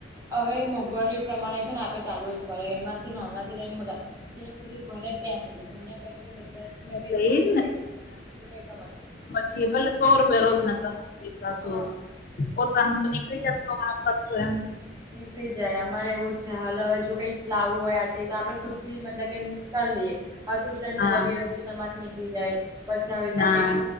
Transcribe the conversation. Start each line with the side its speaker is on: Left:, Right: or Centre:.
Right: હવે મોંઘવારી પ્રમાણે છે ને આપે ચાલવુ જ પડે એમાંથી નાના થી લઈને બધા જ્યાં સુધી બને ત્યાં સુધી બન્યા પછી બધા ને
Left: એટલે
Right: કંઈક ને
Left: એજ
Right: કઈક હોય તો કઈ કમાય
Left: ચેવલ સો રૂપિયા રોજ ના કમાય પૈસા
Right: હા
Left: સો પોતાનું તો નીકળી જાતું હમણાં ખરચો એમ.
Right: નીકળી જાય અમારે એવું છે હાલ હવે જો કઈક લાવું હોય આ તે તો આપડે ખુદ થી મતલબ કે કરી લઈએ અ ટુશન ચલાવીએ
Left: હા
Right: તો ટુશન માંથી નીકળી જાય પછી આવી રીતના
Left: હા
Right: કઈક